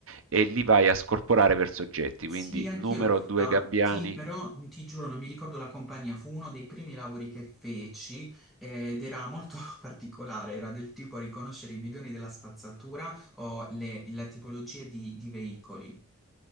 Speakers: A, on the right (about 70°); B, in the centre.
A: e li vai a scorporare per soggetti,
B: Sì,
A: quindi
B: anch'io
A: numero
B: l'ho
A: due
B: fatti,
A: gabbiani.
B: però ti giuro non mi ricordo la compagnia, fu uno dei primi lavori che feci eh, ed era molto <laughs> particolare, era del tipo riconoscere i bidoni della spazzatura o le, le tipologie di, di veicoli.